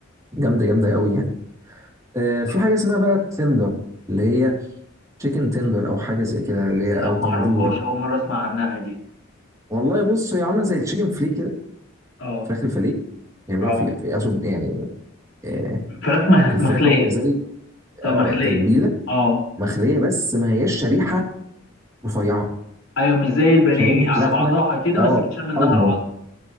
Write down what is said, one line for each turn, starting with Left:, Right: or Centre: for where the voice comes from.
Right: جامده جامده قوي يعني آه، في
Left: طيب
Right: حاجه اسمها بقى التندر اللي هي تشيكن تندر او حاجه زي كده اللي هي
Left: لا
Right: او
Left: ما
Right: تندوري
Left: اعرفهاش اول مره اسمع عنها دي
Right: والله بص هي عامله زي التشيكن فلي كده
Left: اه
Right: فراخ الفلي يعملوها
Left: اه
Right: في في- اقصد يعني آه،
Left: فراخ مخ-
Right: الفراخ
Left: مخليه
Right: معموله زي
Left: ده
Right: اه
Left: مخليه
Right: تتبيله
Left: اه
Right: مخليه بس ما هياش شريحه رفيعه
Left: ايوه مش زي البانيه
Right: شريحه
Left: هي على
Right: لحمه
Left: بعضها كده
Right: اه
Left: بس بتشال منها
Right: اكبر
Left: العظم